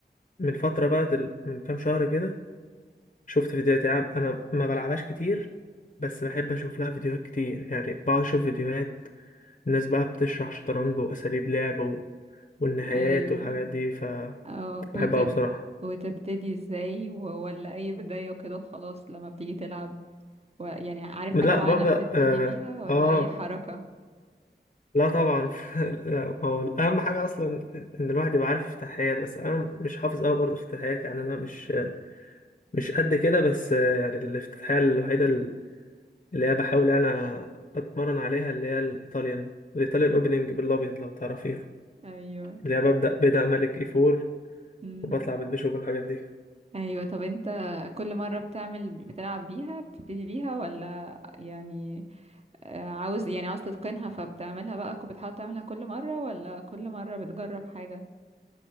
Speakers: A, on the left; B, on the right.
A: من فترة بقى دل... من كام شهر كده شفت فيديوهات العاب انا ما بلعبهاش كتير بس بحب اشوف لها فيديوهات كتير يعني بقعد اشوف فيديوهات الناس بقى بتشرح شطرنج واساليب لعب و... والنهايات
B: ايوه
A: والحاجات دي فبحبها
B: أو وتب
A: بصراحة
B: وتبتدي ازاي و- ولا اي بداية وكده وخلاص لما بتيجي تلعب و- يعني عارف
A: لا
B: حاجة معينة
A: ببدأ
B: بتبتدي
A: آه,
B: بيها ولا
A: اه
B: اي حركة
A: لا طبعا <laughs> لا، هو اهم حاجة اصلا ان إن الواحد يبقى عارف افتتاحيات بس انا مش حافظ قوي برضه افتتاحيات يعني انا مش مش قد كده بس آه، يعني الافتتاحية الوحيدة اللي انا بحاول انا اتمرن عليها اللي هي الايطاليان الايطاليان اوبننج بالابيض لو تعرفيها
B: ايوه
A: اللي هي ببدأ بدأ ملك اي فور
B: امم
A: وبطلع بالبيشوب والحاجات دي
B: ايوه طب انت كل مرة بتعمل بتلعب بيها بتبتدي بيها ولا يعني آه، عاوز يعني عاوز تتقنها فبتعملها بقى كو- بتحاول تعملها كل مرة ولا كل مرة بتجرب حاجة